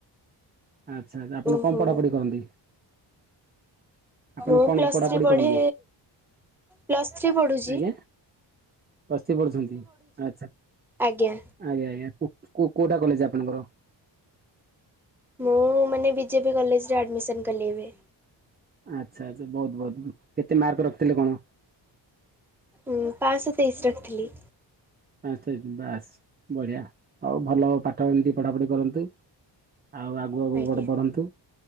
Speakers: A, on the right; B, in the centre.
A: ଆଚ୍ଛା ଆପଣ
B: ଓହୋ।
A: କଣ ପଢାପଢି କରନ୍ତି? ଆପଣ
B: ମୁଁ
A: କଣ
B: ପ୍ଲସ୍
A: ପଢାପଢି
B: ଥ୍ରୀ ପଢ଼େ
A: କରନ୍ତି?
B: ପ୍ଲସ୍ ଥ୍ରୀ ପଢ଼ୁଛି
A: ଆଜ୍ଞା? ପ୍ଲସ୍ ଥ୍ରୀ ପଢୁଛନ୍ତି। ଆଚ୍ଛା,
B: ଆଜ୍ଞା
A: ଆଜ୍ଞା, ଆଜ୍ଞା କୁ କୋ କୋଉଟା କଲେଜ୍ ଆପଣଙ୍କର?
B: ମୁଁ ମାନେ ବିଜେପି କଲେଜ୍ ରେ ଆଡମିସନ୍ କଲି ଏବେ।
A: ଆଚ୍ଛା ଆଚ୍ଛା ବହୁତ ବହୁତ କେତେ ମାର୍କ ରଖିଥିଲେ କଣ?
B: ଉଁ ପାଁଶହ ତେଇଶି ରଖିଥିଲି।
A: ଆଚ୍ଛା ବାସ୍ ବଢିଆ ଆଉ ଭଲ ପାଠ ଏମିତି ପଢାପଢି କରନ୍ତୁ। ଆଉ ଆଗକୁ ଆଗକୁ
B: ଆଜ୍ଞା
A: ବ-ବଢନ୍ତୁ।